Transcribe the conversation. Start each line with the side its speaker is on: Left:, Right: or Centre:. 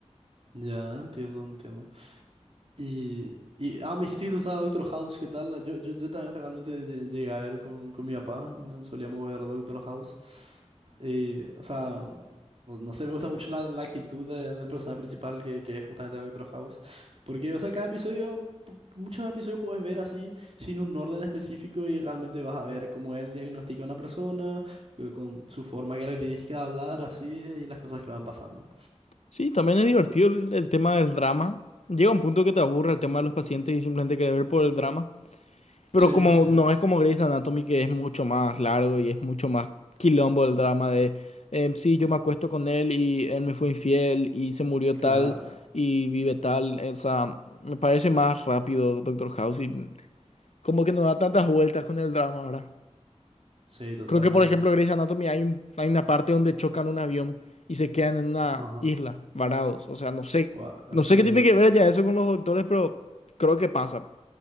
Right: ya entiendo, entiendo. Y, y, ah, me dijiste que te gustaba Doctor House, ¿qué tal? Yo, yo, yo también realmente lle- llegué a ver con, con mi papá, ¿no? solíamos ver Doctor House. Y, o sea, no no sé, me gusta mucho la, la actitud de- del personaje principal que, que es justamente Doctor House. Porque, o sea, cada episodio, pu- muchos episodios puedes ver así, sin un orden específico y realmente vas a ver cómo él diagnostica a una persona, eh, con su forma característica de hablar, así, y las cosas que van pasando.
Left: Sí, también es divertido el, el tema del drama. Llega un punto que te aburre el tema de los pacientes y simplemente querer ver por el drama. Pero
Right: Sí,
Left: como
Right: sí,
Left: no es como Grey's Anatomy, que es mucho más largo y es mucho más quilombo el drama de, em, sí, yo me acuesto con él y él me fue infiel y se murió
Right: claro,
Left: tal y vive tal. O sea, me parece más rápido Doctor House y... como que no da tantas vueltas con el drama ahora.
Right: sí, totalmente.
Left: Creo que, por ejemplo, Grey's Anatomy hay, un- hay una parte donde chocan un avión y se quedan en una
Right: Ajá.
Left: isla, varados. O sea, no sé,
Right: Gua- en
Left: no
Right: serio.
Left: sé qué tiene que ver ya eso con los doctores, pero creo que pasa.